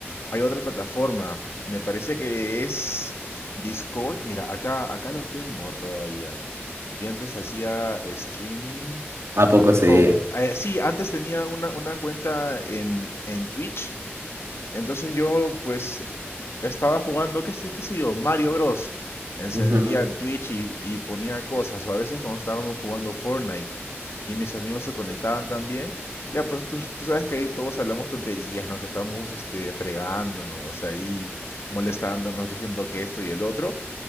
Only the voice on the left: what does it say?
hay otra plataforma. Me parece que es Discord. Mira, acá, acá lo tengo todavía. Yo antes hacía streaming
con... eh, sí, antes tenía una, una cuenta en, en Twitch. Entonces yo pues estaba jugando, qué sé, qué sé yo, Mario Bros. Encendía
el Twitch y, y ponía cosas, o a veces cuando estábamos jugando Fortnite y mis amigos se conectaban también, ya pues tú, tú sabes que ahí todos hablamos tonterías, ¿no? Que estamos este, fregándonos, ahí molestándonos, diciendo que esto y el otro.